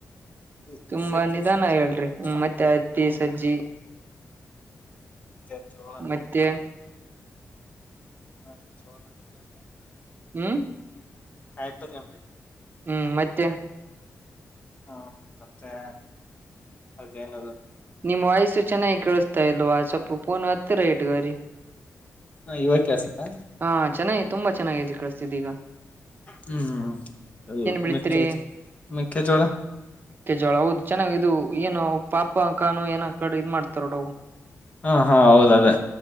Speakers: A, on the left; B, on the right.
A: ಇದು
B: ತುಂಬಾ
A: ಸಜ್ಜೆ
B: ನಿಧಾನ
A: ಸಜ್ಜೆ
B: ಹೇಳ್ರಿ
A: ಬರ್ತದೆ ಸಾಂಗ್
B: ಮತ್ತೆ ಅತ್ತ ಸಜ್ಜೆ
A: ಮತ್ತೆ ಜೋಳ
B: ಮತ್ತೆ
A: ಹ ಚೋಲ ಅಂತೆ
B: ಹ್ಮ್
A: ಕಾಯಪಲ್ಯ
B: ಹ್ಮ್ ಮತ್ತೆ
A: ಹ್ಮ ಮತ್ತೆ ಅದೇನದು
B: ನಿಮ್ಮ್ ವಾಯ್ಸ್ ಚೆನ್ನಾಗಿ ಕೇಳಿಸತಾ ಇಲ್ವವಾ ತಪ್ಪಫೋನ್ ಅತ್ತ ರ ಇಟ್ ಗರಿ
A: ಹ ಇವಾಗ ಕೇಳ್ಸತ್ತಾ
B: ಹಾ ಚೆನ್ನಾಗಿ ತುಂಬಾ ಚೆನ್ನಾಗಿದೆ ಕ ಸಿದಗ
A: ಹ್ಮ್
B: ಬೆಳಿತೀರಿ
A: ಮೆ ಮೆಕ್ಕೆಜೋಳ
B: ಜೋಳ ಹೌದು ಚೆನ್ನಾಗ ಇದು ಏನು ಪಾಪ ಅ ಕಾನು ಏನ ಕಡೆ ಇದ್ ಮಾಡ್ತಾರೋವು
A: ಹಾ ಹಾ ಹೌದ ಅದೇ